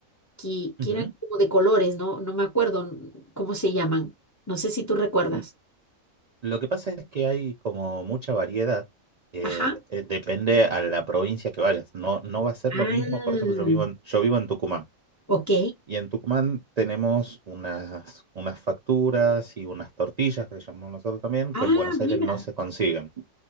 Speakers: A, on the left; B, on the right.
A: que, que
B: ujú.
A: eran como de colores, no, no me acuerdo n- cómo se llaman, no sé si tú recuerdas.
B: L- Lo que pasa es que hay como mucha variedad. eh,
A: Ajá.
B: eh, depende a la provincia que vayas. No, no va a ser
A: Ah,
B: lo mismo. Por ejemplo, yo vivo en, yo vivo en Tucumán.
A: ok.
B: Y en Tucumán tenemos unas, unas facturas y unas tortillas que le llamamos nosotros también,
A: Ah,
B: que en Buenos
A: mira.
B: Aires no se consiguen.